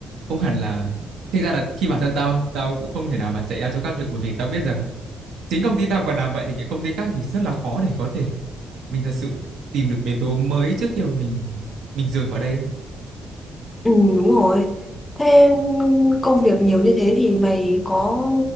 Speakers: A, on the right; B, on the left.
A: không hẳn là thực ra là khi bản thân tao tao cũng không thể nào mà chạy ra chỗ khác được bởi vì tao biết rằng chính công ty tao còn làm vậy thì những công ty khác thì rất là khó để có thể mình thật sự tìm được biến đố mới trước khi mà mình mình rời khỏi đây ấy.
B: Ừ, đúng rồi. Thế công việc nhiều như thế thì mày có